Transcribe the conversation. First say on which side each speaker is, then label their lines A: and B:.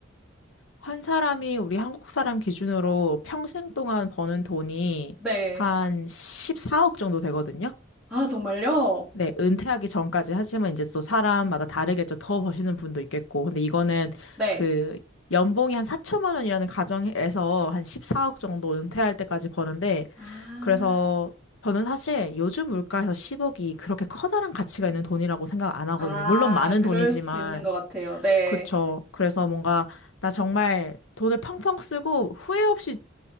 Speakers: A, on the left; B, in the centre.
A: 한 사람이 우리 한국 사람 기준으로 평생 동안 버는 돈이
B: 네.
A: 한 14억 정도 되거든요.
B: 아, 정말요?
A: 네, 은퇴하기 전까지 하지만 이제 또 사람마다 다르겠죠. 더 버시는 분도 있겠고. 근데 이거는
B: 네.
A: 그 연봉이 한 4천만 원이라는 가정에서 한 14억 정도 은퇴할 때까지 버는데
B: 아,
A: 그래서 저는 사실 요즘 물가에서 10억이 그렇게 커다란 가치가 있는 돈이라고 생각 안 하거든요.
B: 아,
A: 물론 많은
B: 그럴
A: 돈이지만
B: 수 있는 것 같아요. 네.
A: 그쵸. 그래서 뭔가 나 정말 돈을 펑펑 쓰고 후회 없이